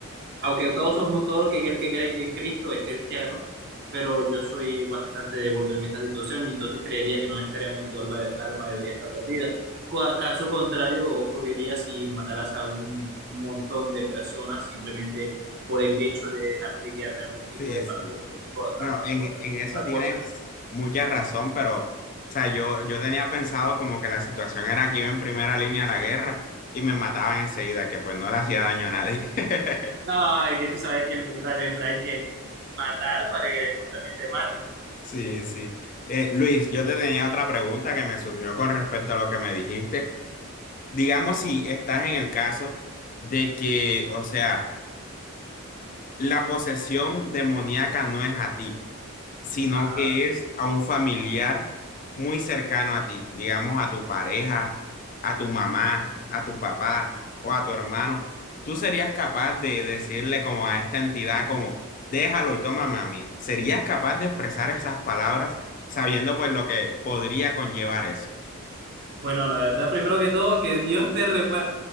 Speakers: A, on the right (about 50°); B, on the left (about 40°).
A: aunque todos somos, todo el que, el que cree en Cristo es cristiano, pero yo soy bastante devoto en esta situación y entonces creería que no necesariamente tu alma, alma debería estar perdida. Co- Caso contrario, ocurriría si mataras a un montón de personas simplemente por el hecho de dejarte guiar de algún tipo
B: Sí,
A: de partido
B: sí.
A: político
B: Bueno,
A: o alguna
B: en,
A: otra,
B: en
A: otra
B: eso tienes
A: cosa.
B: mucha razón, pero, o sea, yo, yo tenía pensado como que la situación era que iba en primera línea a la guerra y me mataban enseguida, que pues no le hacía daño a nadie. <laughs>
A: Ay, que tú sabes que en la guerra siempre hay que matar para que después también te maten.
B: Sí, sí. Eh, Luis, yo te tenía otra pregunta que me surgió con respecto a lo que me dijiste. digamos si estás en el caso de que, o sea, la posesión demoníaca no es a ti, sino
A: Ajá.
B: que es a un familiar muy cercano a ti, digamos a tu pareja, a tu mamá, a tu papá o a tu hermano. ¿Tú serías capaz de decirle como a esta entidad como, déjalo y tómame a mí? ¿Serías capaz de expresar esas palabras sabiendo pues lo que podría conllevar eso?
A: Bueno, la verdad, primero que todo, que Dios te reprenda,